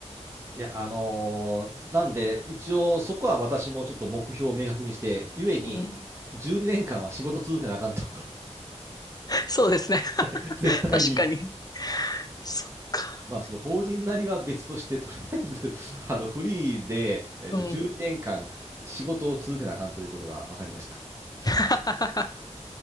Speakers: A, on the right; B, on the left.
A: いや、あのーなんで、一応そこは私もちょっと目標を明確にして、ゆえに、
B: うん、
A: 12年間は仕事続けなあかんと、
B: そうですね。
A: <laughs> 絶対に。
B: 確かに。そっか。
A: まあ、その法人なりは別として、とりあえず、<laughs> あの、フリーで、えっと、
B: うん。
A: 12年間仕事を続けなあかんということが分かりました。
B: <laughs>